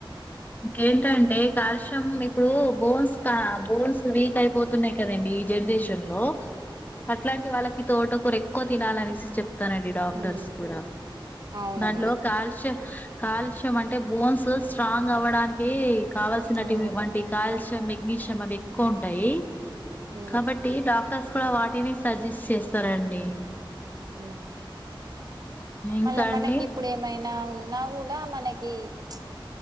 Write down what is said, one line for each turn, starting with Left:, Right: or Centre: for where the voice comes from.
Left: ఇంకేంటంటే కాల్షియం ఇప్పుడు బోన్స్ కా బోన్స్
Right: ఉమ్
Left: వీక్ ఐపోత్ తునయ్ కదండి ఈ జనరేషన్ లో అట్లాంటి వాళ్ళకి తోటకూర ఎక్కువ తినాలసి చెప్ కానండి డాక్టర్స్
Right: ఉమ్
Left: కూడా
Right: అవునండి
Left: దాంట్లో కాల్షియం కాలుష్యం అంటే బోన్సు స్ట్రాంగ్ అవ్వడానిక్ ఈ కావల్సినటిమ్
Right: ఉమ్
Left: వంటి కాల్షయం మెగ్నీష్యం అవి ఎక్కువుంటాయి
Right: ఉమ్
Left: కాబట్టి డాక్టర్స్ కూడ వాటిని సజెస్ట్ చేస్తారండి
Right: ఉమ్
Left: ఇంకా
Right: మళ్ళా మనకిప్పుడేమైనా
Left: అండి
Right: ఉన్నా కూడా మనకి చ్